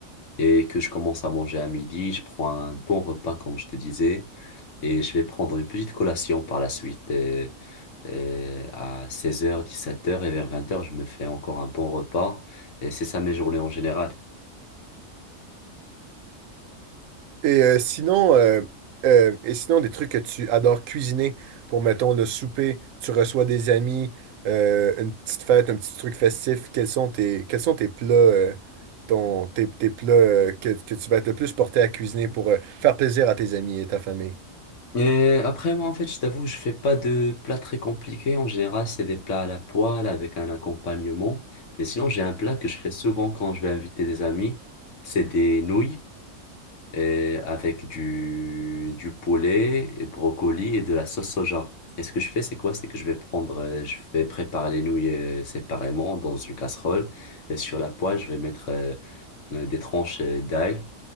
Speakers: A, on the left; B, on the right.
A: Et que je commence à manger à midi, je prends un bon repas, comme je te disais, et je vais prendre une petite collation par la suite. Et, et à 16h, 17h et vers vingt heures, je me fais encore un bon repas. Et c'est ça mes journées en général.
B: <laughs> Et euh, sinon, euh, euh, et sinon, des trucs que tu adores cuisiner pour, mettons, le souper, tu reçois des amis, euh, une petite fête, un petit truc festif, quels sont tes, quels sont tes plats, euh, ton, tes, tes plats euh, que, que tu vas être le plus porté à cuisiner pour euh, faire plaisir à tes amis et ta famille?
A: Et après, moi, en fait, je t'avoue, je fais pas de plats très compliqués. En général, c'est des plats à la poêle avec un accompagnement. Mais sinon, j'ai un plat que je fais souvent quand je vais inviter des amis. C'est des nouilles euh, avec du, du poulet, et brocoli et de la sauce soja. Et ce que je fais, c'est quoi? C'est que je vais prendre, euh, je vais préparer les nouilles euh, séparément dans une casserole. Et sur la poêle, je vais mettre euh, euh, des tranches euh, d'ail